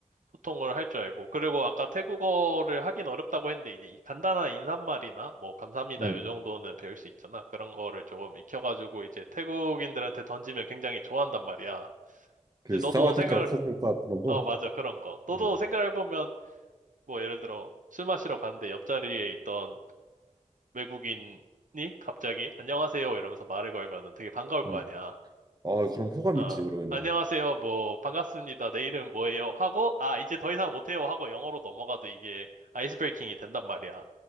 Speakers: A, on the right; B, on the right.
A: 소통을 할 줄 알고. 그리고 아까 태국어를 하긴 어렵다고 했는데, 이제 이 간단한 인사말이나, 뭐, 감사합니다,
B: 응.
A: 요 정도는 배울 수 있잖아. 그런 거를 조금 익혀가지고, 이제 태국인들한테 던지면 굉장히 좋아한단 말이야.
B: 그
A: 이제
B: 사와디카
A: 너도 생각을,
B: 코코카 그런 거.
A: 어, 맞아, 그런 거. 너도
B: 응,
A: 생각해보면, 뭐, 예를 들어, 술 마시러 갔는데 옆자리에 있던 외국인이 갑자기, 안녕하세요, 이러면서 말을 걸면은 되게 반가울 거
B: 응.
A: 아니야.
B: 아 그럼 호감
A: 어,
B: 있지 그러면은.
A: 안녕하세요. 뭐, 반갑습니다. 내 이름 뭐예요? 하고, 아, 이제 더 이상 못해요. 하고 영어로 넘어가도 이게 아이스 브레이킹이 된단 말이야.